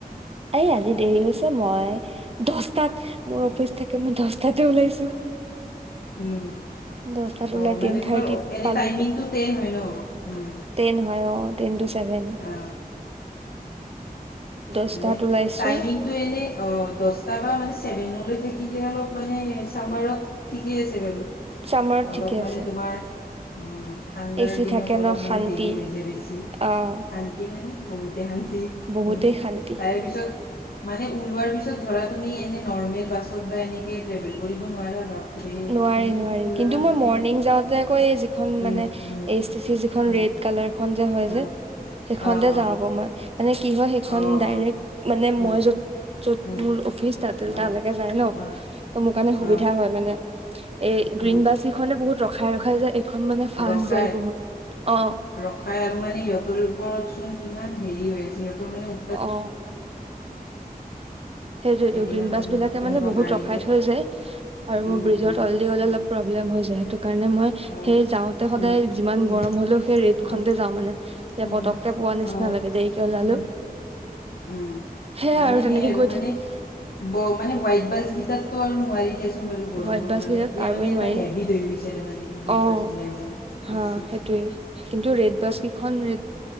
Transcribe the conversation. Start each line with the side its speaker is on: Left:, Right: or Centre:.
Right: এই আজি দেৰি হৈছে মই দছটাত মোৰ অফিচ থাকে মই দশটাতে ওলাইছো।
Left: উ অ
Right: দহটাত ওলাই
Left: মানে
Right: টেন
Left: তোমাৰ
Right: থাৰ্টিত
Left: এনে
Right: পালোগে
Left: টাইমিংটো টেন হয় ন। উম
Right: টেন হয় অ টেন টু ছেভেন।
Left: অ
Right: দহটাত
Left: মানে
Right: ওলাইছো
Left: টাইমিং। এনে অ দচটা বা মানে চেভেনলৈ থাকিলে অলপ মানে চামাৰত ঠিকেই আছে বাৰু।
Right: ছামাৰত
Left: অলপ
Right: ঠিকে
Left: মানে
Right: আছে।
Left: তোমাৰ উম ঠাণ্ডাৰ
Right: এচি
Left: দিনত
Right: থাকে
Left: অলপ
Right: ন
Left: মানে
Right: শান্তি
Left: দেৰি হৈ যায় বেছি
Right: আহ
Left: শান্তি মানে বহুতে শান্তিত
Right: বহুতেই শান্তি।
Left: তাৰপিছত মানে ওলোৱাৰ পিছত ধৰা তুমি নৰ্মেল বাছত বা এনেকে ট্ৰেভেল কৰিব নোৱাৰা। বাপৰে
Right: নোৱাৰি
Left: কি
Right: নোৱাৰি
Left: পুৰা
Right: কিন্তু মই
Left: মানে
Right: মৰ্ণিং যাওঁতে আকৌ খন
Left: উম
Right: মানে এ
Left: উম
Right: এছ টি চি যিখন
Left: উম
Right: ৰেড কালাৰ খন যে হয়
Left: অ
Right: যে। সেইখনতে
Left: অ
Right: যাওঁ
Left: অ
Right: আকৌ মই মানে কি হয় সেইখন
Left: অ', অ',
Right: ডাইৰেক্ট মানে
Left: উম,
Right: মই য'ত য'ত
Left: উম,
Right: মোৰ অফিচ তাতেল তালৈকে
Left: আ,
Right: যায় ন।
Left: আ,
Right: ত মোৰ কাৰণে সুবিধা
Left: আ,
Right: হয় মানে। এই গ্ৰীণ
Left: উম,
Right: বাছ ইখনে বহুত ৰখাই ৰখাই যায় এইখন মানে ফাচ
Left: ৰখাই
Right: যায় বহুত। অ
Left: ৰখাই আৰু মানে সিহঁতৰ ওপৰত চোন কিমান হেৰি হৈ আছে সিহঁতৰ মানে <inaudible>
Right: অ সেইটোৱেটো
Left: সেইদিনাখন
Right: গ্ৰীন বাছ বিলাকে
Left: কোনোবা
Right: মানে বহুত
Left: মাৰিলে
Right: ৰখাই থৈ যায় আৰু
Left: উম,
Right: মোৰ ব্ৰিজৰ
Left: উম,
Right: তলেদি গলে
Left: উম,
Right: অলপ প্ৰব্লেম হৈ যায়, সেইটোকাৰণে মই
Left: অ',
Right: সেই যাওঁতে সদাই
Left: উম,
Right: যিমান
Left: উম,
Right: গৰম হলেও সেই ৰেডখনতে
Left: অ',
Right: যাওঁ মানে। এ
Left: উম,
Right: পতককে পোৱা নিচিনা
Left: অ',
Right: লাগে দেৰিকে ওলালেও।
Left: উম, উম।
Right: সেয়া
Left: মানে
Right: আৰু
Left: সেই
Right: তেনেকে গৈ
Left: মানে
Right: থাকো।
Left: ব মানে হোৱাইট বাজ গীটাত তো আৰু নোৱাৰি। হেচুন বাৰু গৰমৰ
Right: হোৱাইট বাছ
Left: কাৰণে
Right: কেইটাত
Left: এতিয়া
Right: আৰুৱে
Left: মানে এটা
Right: নোৱাৰি
Left: হেভিত হৈ গৈছে তাৰ মানে গ্ৰীণ
Right: অ
Left: বাছত যাই যাই
Right: হা
Left: এচিত।
Right: সেইটোয়ে কিন্তু ৰেড বাছ কেইখন ৰেড